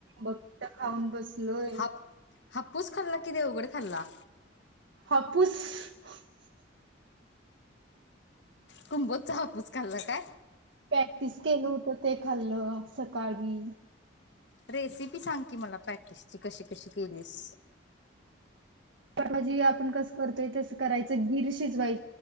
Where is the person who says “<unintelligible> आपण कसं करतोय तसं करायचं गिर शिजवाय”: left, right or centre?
Right